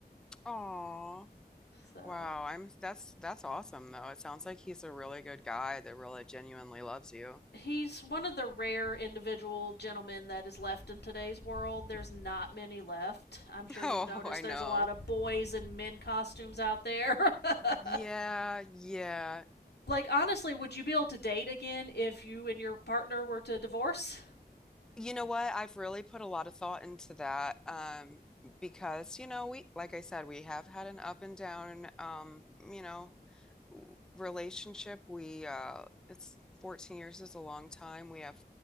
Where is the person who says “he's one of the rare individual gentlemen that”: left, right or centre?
Left